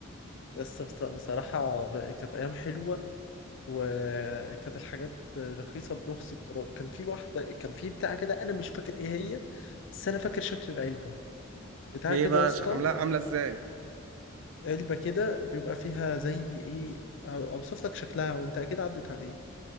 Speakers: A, on the left (about 60°); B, on the right (about 75°).
A: يس بص- بصراحة ب- كانت أيام حلوة وكانت الحاجات رخيصة برخص التراب كان في واحدة كان في بتاع كده أنا مش فاكر إيه هي بس أنا فاكر شكل العلبة بتاع
B: ايه
A: كده
B: بقى
A: يا اسطى
B: ش- عاملاها عامله ازاي
A: علبة كده بيبقى فيها زي ايه أو- اوصف لك شكلها وانت اكيد عدت عليه